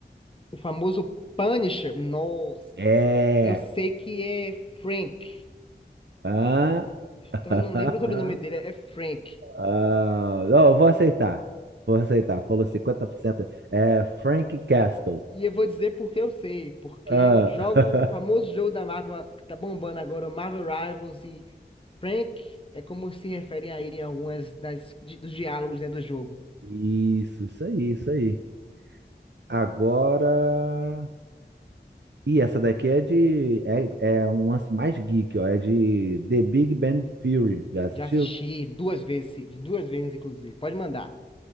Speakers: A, on the left; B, on the right.
A: O famoso Punisher. Nossa.
B: É.
A: Eu sei que é Frank.
B: Hã? <laughs>
A: Então eu não lembro o sobrenome dele. É Frank.
B: Ah, não, eu vou aceitar. Vou aceitar. Falou cinquenta por cento É Frank Castle.
A: E eu vou dizer porque eu sei. Porque
B: Ah,
A: eu jogo o famoso
B: <laughs>
A: jogo da Marvel que tá bombando agora, o Marvel Rivals. E Frank é como se referem a ele em algumas das, di- dos diálogos, né, do jogo.
B: isso, isso aí, isso aí. Agora. Ih, essa daqui é de. É, é um lance mais geek, ó. É de The Big Bang Theory. Já assistiu?
A: Já assisti duas vezes, sim, duas vezes, inclusive. Pode mandar.